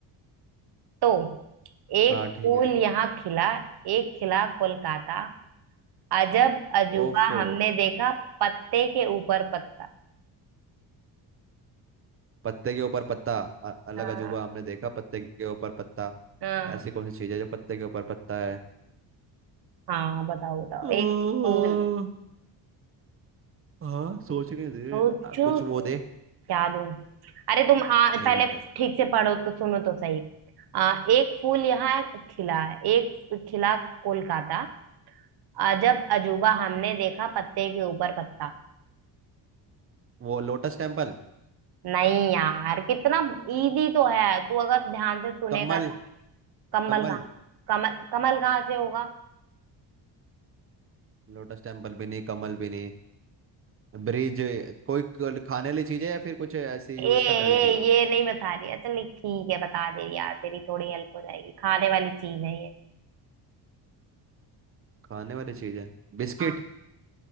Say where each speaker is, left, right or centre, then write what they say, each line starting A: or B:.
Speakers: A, on the right; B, on the right.
A: तो एक
B: हाँ ठीक
A: फूल
B: है
A: यहाँ खिला एक खिला कोलकाता अजब अजूबा
B: ओफो
A: हमने देखा पत्ते के ऊपर पत्ता
B: पत्ते के ऊपर पत्ता अ- अलग
A: हाँ
B: अजूबा हमने देखा पत्ते के ऊपर पत्ता
A: हाँ
B: ऐसी कौन सी चीज है जो पत्ते के ऊपर पत्ता है
A: हाँ बताओ बताओ
B: ओ,
A: एक फूल
B: हाँ सोचने दे
A: सोचो
B: आ, कुछ वो
A: क्या
B: दे
A: दूं अरे तुम आ,
B: हिंट
A: पहले ठीक से पढ़ो तो सुनो तो सही आ, एक फूल यहाँ खिला एक खिला कोलकाता अजब अजूबा हमने देखा पत्ते के ऊपर पत्ता
B: वो लोटस टेम्पल
A: नहीं यार कितना इजी तो है तू अगर ध्यान से सुनेगा
B: कमल
A: ना, कमल
B: कमल
A: कहाँ कमल कमल कहाँ से होगा
B: लोटस टेम्पल भी नहीं कमल भी नहीं ब्रिज कोई कल- खाने वाली चीज है या फिर कुछ ऐसी
A: ए
B: यूज
A: ए
B: करने वाली चीज है
A: ये नहीं बता रही है चल ठीक है बता दे यार तेरी थोड़ी हेल्प हो जाएगी खाने वाली चीज है ये
B: खाने वाली चीज है बिस्किट
A: हाँ